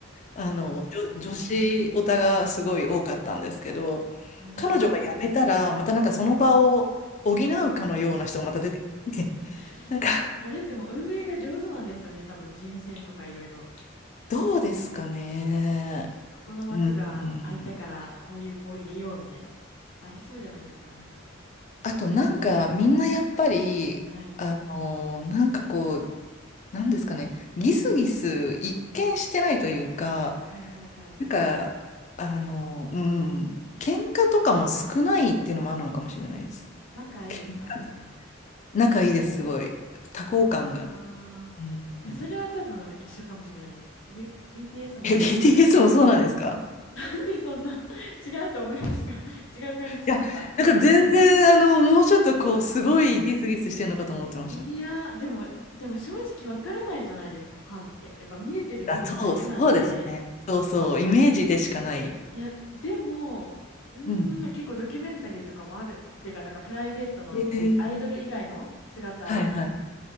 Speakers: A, on the left; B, on the left.
A: ああ、
B: あの、女、女子オタがすごい多かったんですけど、
A: なるほど。
B: 彼女が辞めたら、またなんかその場を補うかのような人がまた出てきて、
A: <laughs> いや、
B: <laughs> なんか、
A: それってもう運営が上手なんですよね。多分人選とかいろいろ。
B: どうですかね。
A: ここの枠が空いたから、
B: うん、うん
A: こういう子を入れようみたいな。ありそうじゃないですか、なんか。
B: あとなんか、みんなやっぱり、
A: はい。
B: あの、なんかこう、なんですかね、ギスギス一見してないというか、
A: はいはいはい。
B: なんか、あの、うん、喧嘩とかも少ないっていうのもあるのかもしれないです。
A: 仲いいですか、
B: 喧嘩
A: みんな。
B: 仲いいです、すごい。多幸感が。
A: ああ。
B: うんうん、
A: それは多分一緒かもしれないです。B、BTS もすっごい仲良かった。
B: え、BTS もそうなんですか
A: でそんな <laughs> 違うと思いますか違う感じしました
B: いや、なんか全然、あの、もうちょっとこう、すごいギスギスしてるのかと思ってました。
A: いやー、でも、でも正直わからないじゃないですか、ファンって。やっぱ見えてる部分だけなんで、
B: あ、そう、そうですね。そうそう、イメージでしかない。
A: いや、でも、うーん、
B: うん。
A: 結構ドキュメンタリーとかもある。っていうか、なんかプライベートのアイドル以外の姿
B: ええはいはい。